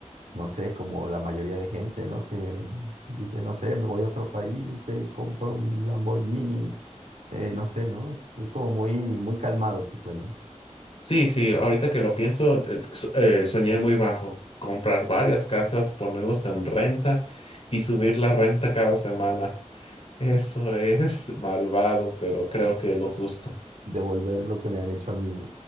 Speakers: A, on the right; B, on the left.
A: no sé, como la mayoría de gente, ¿no? Que dice, no sé, me voy a otro país, eh, compro un Lamborghini, eh, no sé, ¿no? Es como muy, muy calmado tu sueño
B: Sí, sí, ahorita que lo pienso, eh, so- eh, soñé muy bajo. Comprar varias casas, ponerlos en renta y subir la renta cada semana. Eso es <laughs> malvado, pero creo
A: de,
B: que es lo justo.
A: de volver lo que me han hecho a mí.